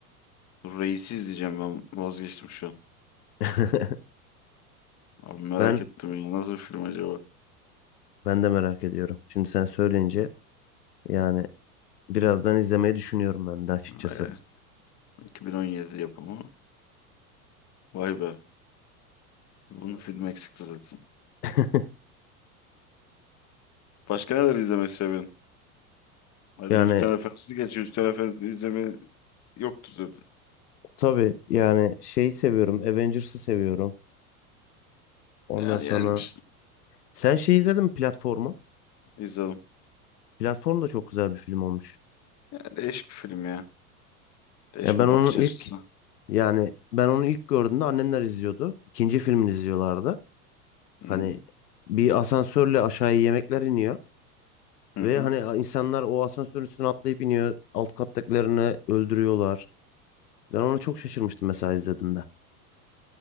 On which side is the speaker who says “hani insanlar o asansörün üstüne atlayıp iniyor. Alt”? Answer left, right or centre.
Left